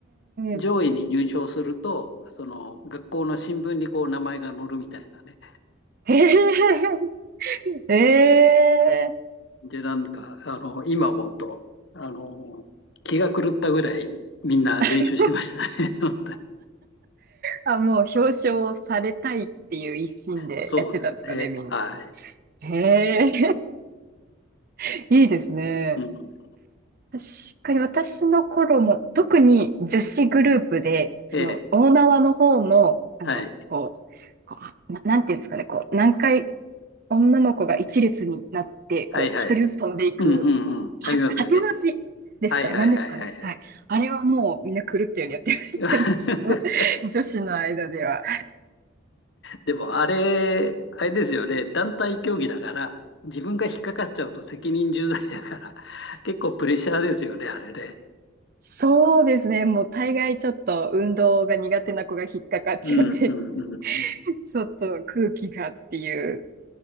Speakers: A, on the left; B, on the right.
A: 上位に入賞すると、
B: ん。
A: その学校の新聞にこう名前が載るみたいなね、
B: へえ、えー。
A: で、なんか、あの、今思うと、あの、気が狂ったぐらいみんな練習してましたね。
B: <laughs>
A: <laughs> 本当に
B: あ、もう表彰されたいっていう一心でやってたんですかね、
A: そうですね。
B: みんな。
A: はい。
B: へえ、<laughs> いいですね。
A: うん。
B: 確かに私の頃も、特に女子グループで、その大縄の方の、
A: ええ。
B: あの、
A: はい。
B: こう、こうな、なんていうんですかね、こう、何回女の子が一列になって、
A: はいはい。
B: こう、一人ずつ飛んでいく、
A: うんうんうん。ありますよね。
B: は、八の字ですかね、
A: はいはいはいはいはい。
B: 何ですかね。はい。あれはもうみんな狂ったようにやってましたね。
A: <laughs>
B: <laughs> 女子の間では。
A: でも、あれ、あれですよね。団体競技だから、自分が引っかかっちゃうと責任重大だから、結構プレッシャーですよね、あれね。
B: そうですね。もう大概ちょっと運動が苦手な子が引っかかっちゃって、
A: うんうんうんうん。
B: <laughs> ちょっと空気がっていう